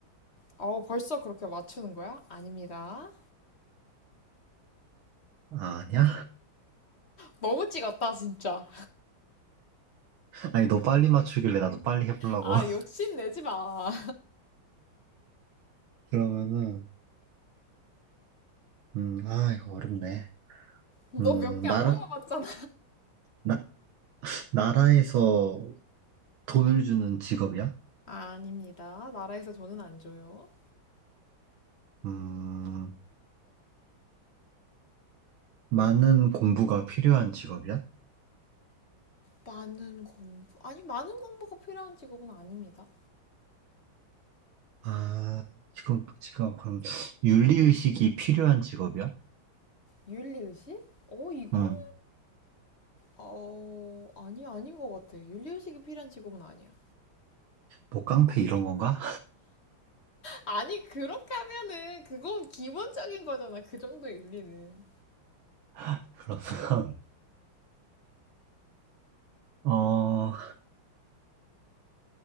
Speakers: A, on the left; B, on the right.
A: 어, 벌써 그렇게 맞추는 거야? 아닙니다.
B: 아, 니야
A: 너무 찍었다, 진짜.
B: 아니, 너 빨리 맞추길래 나도 빨리 해보려고.
A: 아,
B: <laughs>
A: 욕심내지 마.
B: 그러면은, 음, 아, 이거 어렵네.
A: 너
B: 음,
A: 몇 개
B: 나라,
A: 안 물어봤잖아.
B: 나, 나라에서 돈을 주는 직업이야?
A: 아닙니다. 나라에서 돈은 안 줘요.
B: 음, 많은 공부가 필요한 직업이야?
A: 많은 공부. 아니, 많은 공부가 필요한 직업은 아닙니다.
B: 아, 지금, 지금, 그럼, 윤리의식이 필요한 직업이야?
A: 윤리의식? 어, 이거는,
B: 음,
A: 어, 아니, 아닌 것 같아. 윤리의식이 필요한 직업은 아니야.
B: 뭐, 깡패 이런 건가?
A: 아니, 그렇게 하면은, 그건 기본적인 거잖아. 그 정도의 윤리는.
B: <laughs> 그러면, 어,